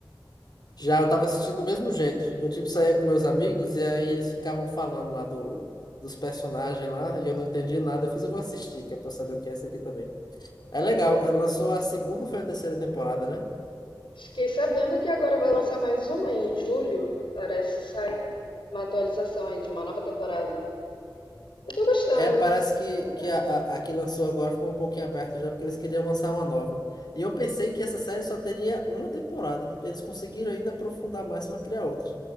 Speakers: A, on the left; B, on the left.
A: Já eu tava assistindo do mesmo jeito. Eu, tipo, saía com meus amigos e aí eles ficavam falando lá do, dos personagens lá e eu não entendi nada. Eu fiz, eu vou assistir, que é pra eu saber o que é esse aqui também. É legal, é, lançou a segunda ou foi a terceira temporada, né?
B: Fiquei sabendo que agora vai lançar mais uma em julho, parece, sai uma atualização aí de uma nova temporada. Eu tô gostando.
A: É, parece que,
B: Interessante.
A: que a, a, a que lançou agora ficou um pouquinho aberto já, porque eles queriam lançar uma nova. E eu pensei que essa série só teria uma temporada. Eles conseguiram ainda aprofundar mais pra criar outra.